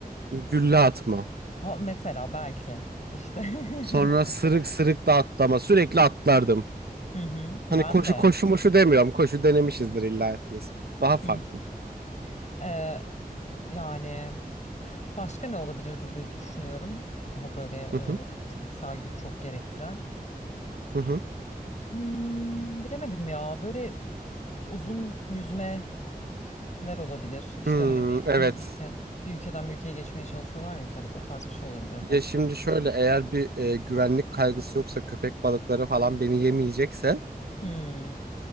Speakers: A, on the right; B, on the left.
A: Gülle atma.
B: Ha, mesela belki işte <laughs>
A: Sonra sırık sırık da atlama sürekli atlardım.
B: Hı hı. ben
A: Hani koşu
B: de
A: koşu moşu demiyorum. Koşu denemişizdir illa hepimiz. Daha farklı.
B: Hı hı. Ee, yani başka ne olabilirdi diye düşünüyorum. Daha böyle
A: Hı hı.
B: e, fiziksel güç çok gerektiren.
A: Hı hı.
B: Hmm, bilemedim ya. Böyle uzun yüzmeler olabilir. İşte
A: Hmm,
B: hani bir,
A: evet.
B: bir işte bir ülkeden bir ülkeye geçmeye çalışıyorlar ya yüzerek. O tarz bir şey olabilir
A: Ya
B: de.
A: şimdi şöyle eğer bir e, güvenlik kaygısı yoksa köpek balıkları falan beni yemeyecekse
B: Hmm,